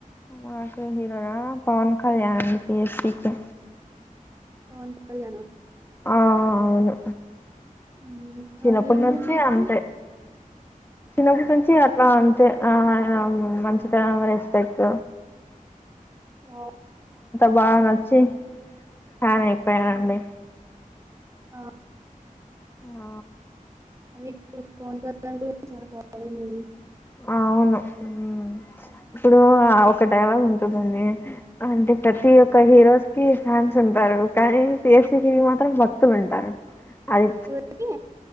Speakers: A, on the left (about 15°); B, on the right (about 20°).
A: మాకు హీరోనా పవన్ కళ్యాణ పియెస్ పీకె
B: పవన్ కళ్యాణా
A: ఆ అవును
B: ఇంకా
A: చిన్నప్పటి
B: ఏం
A: నుంచి
B: మూవీస్
A: అంతే చిన్నప్పటి నుంచి అట్లా అంతే ఆ ఆయన మంచిగా రెస్పెక్ట్
B: ఓ
A: బా నచ్చి ఫ్యాన్ అయిపోయానండి
B: ఆ
A: ఆ
B: అది ఇప్పుడు ఫోన్ పే <unintelligible>
A: ఆవును మ్ ఇప్పుడు ఒక డైలాగ్ ఉంటుందండి అంటే ప్రతి ఒక్క హీరోస్ కి ఫ్యాన్ న్స్ ఉంటారు కానీ పీఎస్ పీకే కి మాత్రం భక్తులు ఉంటారు అది
B: ఇవైతే